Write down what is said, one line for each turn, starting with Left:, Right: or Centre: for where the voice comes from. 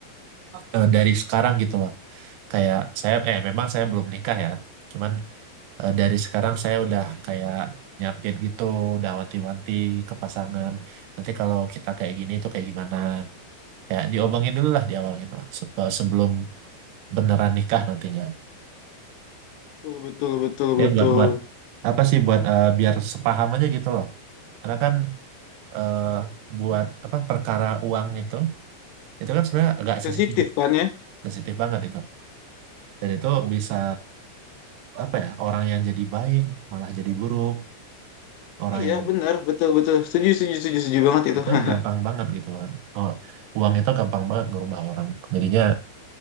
Right: eh, dari sekarang gitu loh. Kayak saya, eh memang saya belum nikah ya. Cuman Eh, dari sekarang saya udah kayak nyiapin gitu, udah wanti-wanti ke pasangan. Nanti kalau kita kayak gini tuh kayak gimana? Kayak diomongin dulu lah di awal gitu lah, sep- sebelum beneran nikah nantinya.
Left: Betul, betul, betul,
Right: Ya
Left: betul.
Right: buat buat apa sih buat eh, biar sepaham aja gitu loh. Karena kan eh, buat apa perkara uang itu itu kan sebenarnya agak
Left: Sensitif
Right: sensitif,
Left: kan ya?
Right: sensitif banget itu. Dan itu bisa apa ya orang yang jadi baik malah jadi buruk orang
Left: Iya,
Right: yang
Left: benar, betul, betul. Setuju, setuju, setuju, setuju banget itu.
Right: itu
Left: <laughs>
Right: gampang banget gitu kan. Oh, uang itu gampang banget ngerubah orang. Jadinya